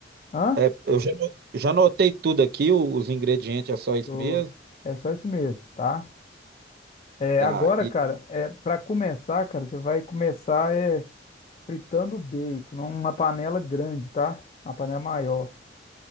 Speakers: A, on the left; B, on the right.
A: hã?
B: é, eu já, no- já notei tudo aqui, o- os ingredientes é só isso
A: Tô-
B: mesmo.
A: É só isso mesmo, tá? É,
B: Tá.
A: agora, cara, é para começar, cara, você vai começar é fritando o bacon numa panela grande, tá? Uma panela maior,